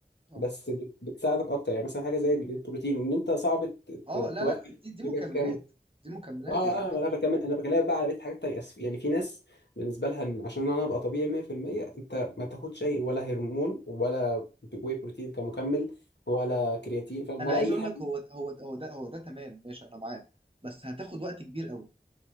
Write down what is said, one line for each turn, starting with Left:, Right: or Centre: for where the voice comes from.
Right: اه
Left: بس بت- بتساعدك اكتر يعني مثلا حاجه زي البروتين ان انت صعب ت-
Right: اه
Left: ت-
Right: لا
Left: توفي
Right: لا دي دي مكملات
Left: احتياجك كامل
Right: دي مكملات
Left: اه
Right: يعني دي ما
Left: اه ما
Right: فيهاش
Left: انا بكمل انا بكلمك بقى على بيت حاجات تانية أسف. يعني في ناس بالنسبه لها إن عشان انا ابقى طبيعي 100% انت ما تاخدش اي ولا هرمون ولا واي بروتين كمكمل ولا كرياتين فاهم
Right: انا
Left: ولا
Right: عايز
Left: اي
Right: اقول
Left: حاجه
Right: لك هو هو هو ده هو ده تمام ماشي انا معاه بس هتاخد وقت كبير قوي